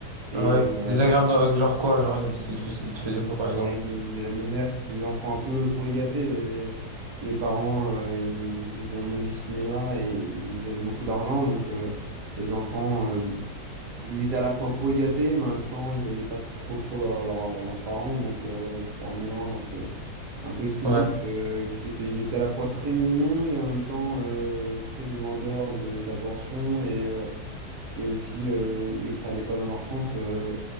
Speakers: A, on the right; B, on the right.
A: Et
B: Ah ouais?
A: euh,
B: Désagréable, dans- genre quoi? Genre, ils ils te faisaient quoi, par exemple?
A: ah, ils me faisaient la misère. C'était des enfants un peu pourri gâtés. Les, les- les parents, euh, ils étaient dans le monde du cinéma et ils avaient beaucoup d'argent. Donc, euh, les enfants, euh, ils étaient à la fois pourris gâtés, mais en même temps, ils voyaient pas trop trop leur- leur- leurs parents. Donc, euh, c'était un mélange un peu, un peu explosif
B: Ouais,
A: euh, qui fait qu'ils étaient à la fois très mignons, mais en même temps euh, très demandeurs de- d'attention. Et, euh, et aussi, euh, dès que ça allait pas dans leur sens, euh,